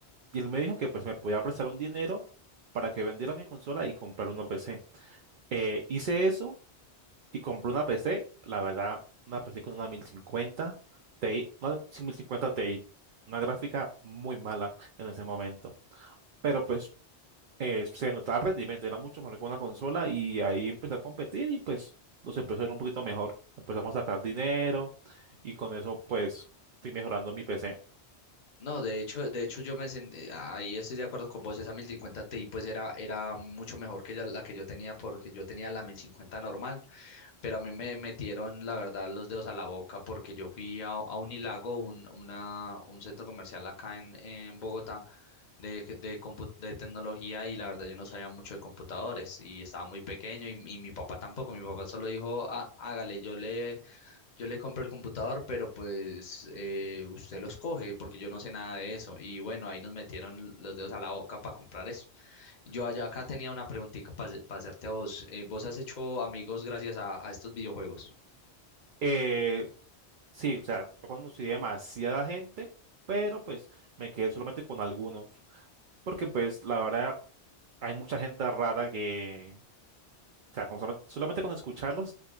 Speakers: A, on the right; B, on the left.
A: Y él me dijo que pues me podía prestar un dinero para que vendiera mi consola y comprar una PC. Eh, hice eso y compré una PC, la verdad, una PC con una 1050 Ti, una 1050 Ti, una gráfica muy mala en ese momento, pero pues eh, se notaba el rendimiento, era mucho mejor que una consola y ahí empecé a competir y pues nos empezó a ir un poquito mejor, empezamos a sacar dinero y con eso pues fui mejorando mi PC.
B: No, de hecho, de hecho yo me sen- eh, ahí estoy de acuerdo con vos, esa 1050 Ti pues era, era mucho mejor que ya la que yo tenía porque yo tenía la 1050 normal, pero a mí me metieron la verdad los dedos a la boca porque yo fui a, a Unilago, un, una, un centro comercial acá en, en Bogotá de, de, compu- de tecnología y la verdad yo no sabía mucho de computadores y estaba muy pequeño y, y mi papá tampoco, mi papá solo dijo, "Ah, hágale, yo le, yo le compro el computador, pero pues eh, usted lo escoge porque yo no sé nada de eso y bueno, ahí nos metieron los dedos a la boca para comprar eso. Yo allá acá tenía una preguntita para hacerte a vos. Eh, ¿vos has hecho amigos gracias a, a estos videojuegos?
A: Eh, sí, o sea, yo conocí demasiada gente, pero pues me quedé solamente con algunos, porque pues la verdad hay mucha gente rara que O sea, como solamente, solamente con escucharlos,